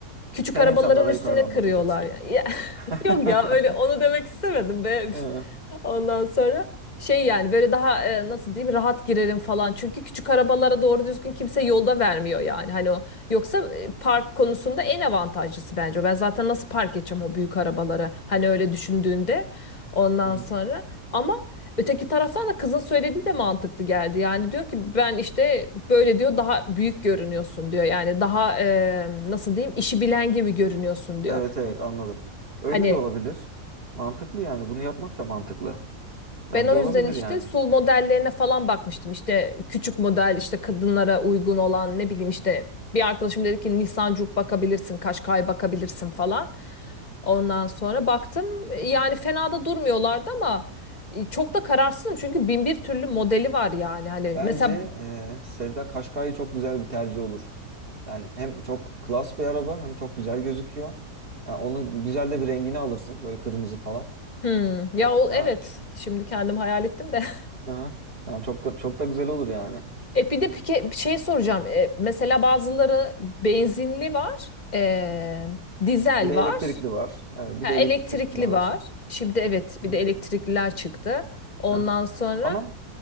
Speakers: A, on the left (about 35°); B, on the right (about 40°).
A: Küçük
B: sen
A: arabaların
B: insanlara
A: üstüne
B: yukarıdan
A: kırıyorlar
B: bakacaksın.
A: yani. Ya,
B: <laughs>
A: <laughs> yok ya öyle onu demek istemedim be. Üf.
B: Ee, Hı
A: Ondan sonra şey yani böyle daha e, nasıl diyeyim rahat girerim falan. Çünkü küçük arabalara doğru düzgün kimse yolda vermiyor yani. Hani o yoksa e, park konusunda en avantajlısı bence. o. Ben zaten nasıl park edeceğim o büyük arabaları hani öyle düşündüğünde ondan
B: hı.
A: sonra. Ama Öteki taraftan da kızın söylediği de mantıklı geldi. Yani diyor ki ben işte böyle diyor daha büyük görünüyorsun diyor. Yani daha e, nasıl diyeyim işi bilen gibi görünüyorsun diyor.
B: Evet evet
A: Çünkü
B: anladım. Öyle
A: hani
B: de olabilir. Mantıklı yani. Bunu yapmak da mantıklı. Bence
A: ben o
B: olabilir
A: yüzden işte
B: yani.
A: sul modellerine falan bakmıştım. İşte küçük model işte kadınlara uygun olan ne bileyim işte bir arkadaşım dedi ki Nisan Juke bakabilirsin, Kaşkay bakabilirsin falan. Ondan sonra baktım yani fena da durmuyorlardı ama e, Çok da kararsızım çünkü bin bir türlü modeli var yani. Hani
B: Bence
A: mesela
B: e, Sevda Kaşkay'ı çok güzel bir tercih olur. Yani hem çok klas bir araba hem çok güzel gözüküyor. Yani onun güzel de bir rengini alırsın böyle kırmızı falan.
A: Hmm, ya
B: Ve
A: o
B: Yani
A: evet
B: işte.
A: şimdi kendim hayal ettim de. <laughs>
B: Hı hı. Yani çok da- çok da güzel olur yani.
A: E bir de pike, bir şey soracağım. E, mesela bazıları benzinli var, e, dizel
B: Bir de
A: var,
B: elektrikli var. Evet, bir
A: ha,
B: de
A: elektrikli
B: elektrikliler var
A: var.
B: şimdi.
A: Şimdi evet bir
B: Hı hı.
A: de elektrikliler çıktı. Ondan
B: Hı hı.
A: sonra
B: Ama